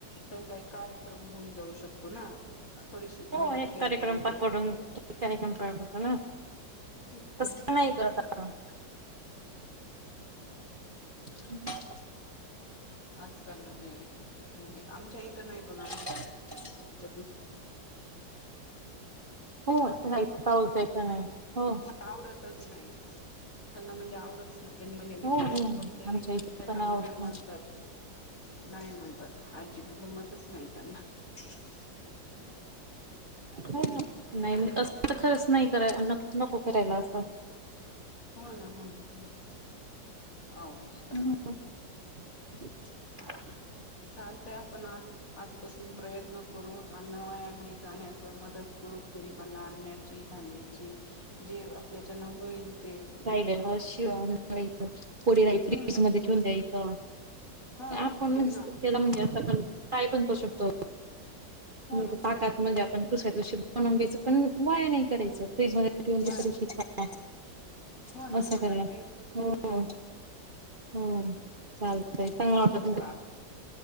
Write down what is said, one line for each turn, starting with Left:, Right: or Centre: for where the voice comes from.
Left: त्यांचा एक कार्यक्रम होऊन जाऊ शकतो ना? थोडीशी
Right: हो
Left: मदत
Right: एक
Left: केल्यानंतर
Right: कार्यक्रम पार पडून, एक कार्यक्रम पार पडतो ना.
Left: हम्म
Right: तसं नाही करत आपण. ह ना.
Left: आजकाल म्हणजे, म्हणजे आमच्या इथं नाही बघा आम
Right: <inaudible>
Left: <unintelligible>
Right: हो नाही चावत नाही हो
Left: आवडतच नाही त्यांना म्हणजे आवडत नाय. त्यांनी म्हणजे वीट
Right: हो
Left: परिस्थिती
Right: नाही
Left: बघितलेली
Right: आमच्या इथे
Left: त्याच्यामुळे
Right: पण आवडत
Left: ते म्हणतात
Right: नाही
Left: नाही म्हणतात आजिब जमतच नाही त्यांना <unintelligible>
Right: हो नाही नाय तस त खरंच नाही कराय नक नको करायला असं
Left: हो ना हो ना होच अवघड
Right: <unintelligible>
Left: चालतय आपण आज आजपासून प्रयत्न करूत अन्न वाया नई जाण्याच मदत करूत गरीबांना आणण्याची धान्य ची जे आपल्याच्यान होईल ते
Right: राहिलेल म शिळ अन्न <unintelligible> फ्रीज
Left: हम्म
Right: मध्ये ठेऊन द्यायचं.
Left: हा
Right: नाय आपण म्हणजे
Left: त्यांना
Right: त्याला म्हणजे अस काय पण करू शकतो.
Left: हो
Right: नीट
Left: ना हो
Right: ताटात
Left: ना हो ना
Right: म्हणजे आपण दुसऱ्या दिवशी बनवून घ्यायचं पण वाया नाही करायचं फ्रीजमध्ये
Left: बर
Right: <unintelligible>
Left: हो ना
Right: असं
Left: हो
Right: करा
Left: ना ते
Right: हो. हो नं चालतय चांगल वाटल
Left: चालत